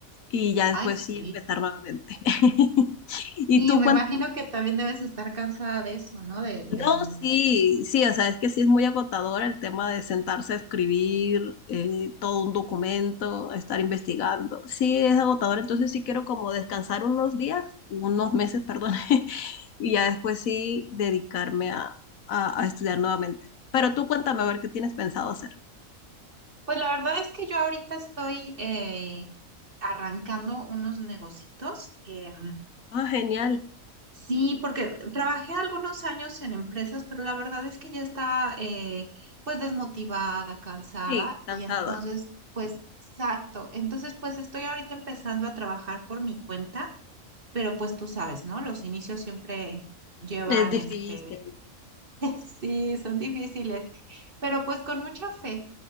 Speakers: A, on the left; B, on the right.
A: y ya después
B: Ay, sí.
A: sí empezar nuevamente. <laughs> ¿Y
B: Sí,
A: tú
B: me imagino que también debes estar cansada de eso, ¿no? Del,
A: No,
B: del
A: sí, sí, o sea, es que sí es muy agotador el tema de sentarse a escribir eh, todo un documento, estar investigando. Sí, es agotador, entonces sí quiero como descansar unos días, unos meses, perdón, <laughs> y ya después sí dedicarme a, a- a estudiar nuevamente. Pero tú cuéntame a ver qué tienes pensado hacer.
B: Pues la verdad es que yo ahorita estoy eh, arrancando unos negocitos. eh,
A: Ah, genial.
B: sí, porque trabajé algunos años en empresas, pero la verdad es que ya estaba eh, pues desmotivada, cansada
A: Sí, cansada.
B: y entonces pues exacto. Entonces pues estoy ahorita empezando a trabajar por mi cuenta, pero pues tú sabes, ¿no? Los inicios siempre llevan
A: Es difícil.
B: este Sí, son difíciles, pero pues con mucha fe.